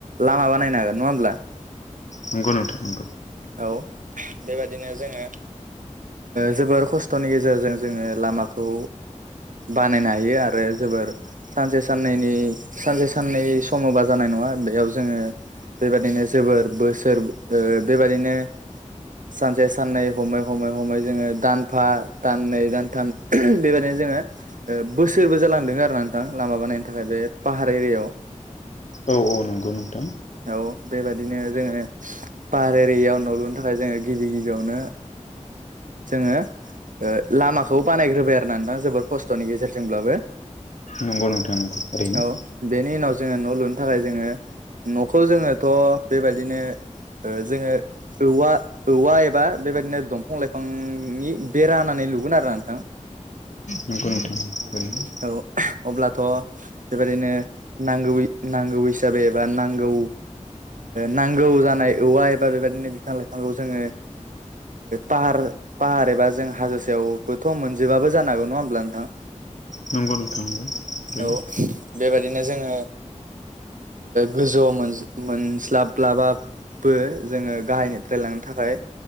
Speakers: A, on the right; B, on the left.
A: लामा बानायनो हागोन नङा होमब्ला
B: नंगौ नंथां नंगौ।
A: औ बेबादिनो जोङो जोबोर खस्थ'नि गेजेरजों जोङो लामाखौ बानायनो हायो आरो जोबोर सानसे साननैनि सानसे साननै समोबा जानाय नङा बेयाव जोङो बेबायादिनो जोबोर बोसोर बेबायादिनो सानसे साननै हमै हमै हमै जोङो दानफा दाननै दानथाम बेबायदि जोङो बोसोरबो जालांदों आरो नोंथां लामा बानायनो थाखाय बे पाहार एरियायाव
B: औ औ नंगौ नोंथां
A: औ बेबायादिनो जोङो पाहार एरियाव न' लुनो थाखाय जोङो गिबि गिबियावनो जोङो लामाखौ बानायग्रोबाय आरो। नानै दां जोबोर खस्थ'नि गेजेरजोंब्लाबो
B: नंगौ नोंथां नंगौ ओरैनो
A: औ। बेनि उनाव जोङो न' लुनो थाखाय जोङो न'खौ जोङोथ' बेबायदिनो जोङो औवा औवा एबा बेबायदिनो दंफां लाइफांनि बेरा होननानै लुगोन आरो नोंथां।
B: नंगौ नोंथां थारैनो बि
A: औ अब्लाथ' बेबायदिनो नांगौ नांगौ हिसाबै एबा नांगौ नांगौ जानाय औवा एबा बेबदिनो बिफां लाइफांखौ जोङो पाहार पाहार एबा जों हाजो सायावबोथ' मोन जोबबाबो जानांगौ नङा होनोमब्ला नोंथां
B: नंगौ नोंथांगौ ओरैनो
A: औ बेबायदिनो जोङो गोजौ मोनस्लाब्लाबा बो जोङो गाहायनिफ्राय लांनो थाखाय